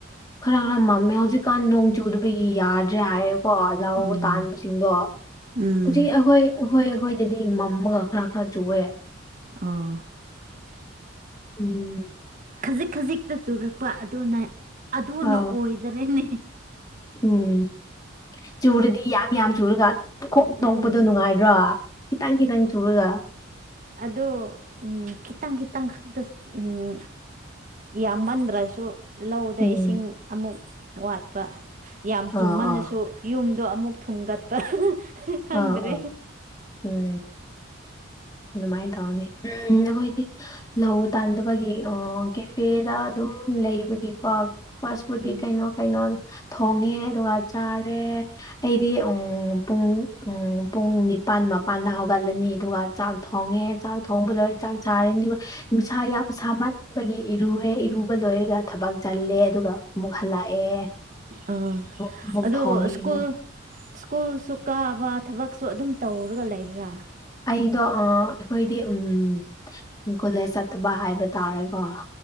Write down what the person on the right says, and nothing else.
ꯎꯝ
ꯎꯝ
ꯑ
ꯈꯖꯤꯛ ꯈꯖꯤꯛꯇ ꯆꯨꯔꯛꯄ ꯑꯗꯨꯅ ꯑꯗꯨꯅ
ꯑꯣꯏꯗꯔꯅꯦ
ꯎꯝ
ꯑꯗꯣ ꯎꯝ ꯀꯈꯤꯠꯇꯪ ꯀꯈꯤꯠꯇꯪ ꯈꯤꯇꯪ ꯈꯛꯇ ꯎꯝ ꯌꯥꯝꯃꯟꯗ꯭ꯔꯁꯨ ꯂꯧꯗ
ꯏꯁꯤꯡ ꯑꯃꯨꯛ ꯋꯥꯠꯄ ꯌꯥꯝ ꯆꯨꯝꯃꯜꯂꯁꯨ
ꯌꯨꯝ ꯑꯗꯨꯣ ꯑꯃꯨꯛ ꯊꯨꯝꯒꯠꯄ ꯈꯪꯗ꯭ꯔꯦ
ꯎꯝ
ꯑꯥ
ꯑꯗꯨ
ꯁ꯭ꯀꯨꯜ ꯁ꯭ꯀꯨꯜꯁꯨ ꯀꯥꯕ ꯊꯕꯛꯁꯨ ꯑꯗꯨꯝ ꯇꯧꯔꯒ ꯂꯩꯕ꯭ꯔꯥ